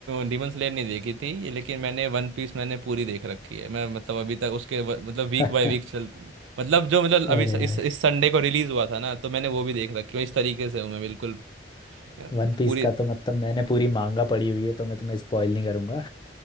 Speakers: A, on the right; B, on the left.
A: डीमन स्लेयर नहीं देखी थी लेकिन मैंने वन पीस मैंने पूरी देख रखी है मैं मतलब अभी तक उसके व- मतलब
B: <laughs>
A: वीक
B: अरे
A: बाय वीक चल मतलब जो मतलब
B: भाई
A: अभी स- इस इस संडे को रिलीज हुआ था ना तो मैंने वो भी देख रखी है इस तरीके से हूँ मैं बिल्कुल अ, मतलब
B: वन पीस
A: पूरी
B: का तो मतलब मैंने पूरी मांगा पड़ी हुई है तो मैं तुम्हें स्पॉइल नहीं करूंगा